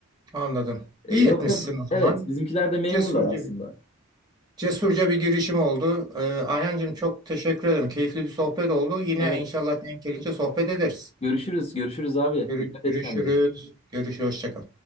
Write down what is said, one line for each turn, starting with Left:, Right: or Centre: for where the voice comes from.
Right: anladım.
Left: E,
Right: İyi
Left: yoksa
Right: etmişsin o zaman.
Left: evet, bizimkiler de memurlar
Right: Cesurca
Left: aslında.
Right: bir, cesurca bir girişim oldu. Ee, Ayhancığım çok teşekkür ederim. Keyifli bir sohbet oldu. Yine
Left: Evet,
Right: inşallah denk gelince sohbet ederiz.
Left: görüşürüz, görüşürüz abi.
Right: Görü-
Left: Dikkat
Right: Görüşürüz.
Left: et kendine.
Right: Görüşürüz. Hoşça kal.